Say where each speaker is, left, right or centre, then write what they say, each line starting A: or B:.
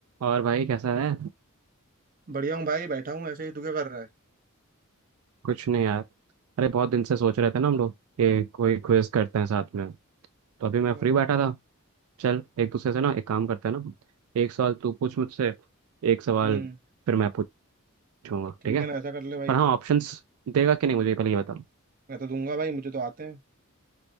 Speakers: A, on the right; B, on the right.
A: और भाई कैसा है
B: बढ़िया हूँ भाई बैठा हूँ ऐसे ही तू क्या कर रहा है
A: कुछ नहीं यार अरे बहुत दिन से सोच रहे थे ना हम लोग कि कोई क्विज करते हैं साथ में तो अभी
B: और
A: मैं फ्री बैठा था चल एक दूसरे से ना एक काम करते हैं ना एक सवाल तू पूछ मुझसे एक सवाल
B: हम्म
A: फिर मैं पूछूंगा
B: ठीक
A: ठीक है
B: है ना ऐसा कर ले भाई
A: पर हाँ ऑप्शंस
B: चल,
A: देगा कि नहीं मुझे पहले ये बता
B: मैं तो दूंगा भाई मुझे तो आते हैं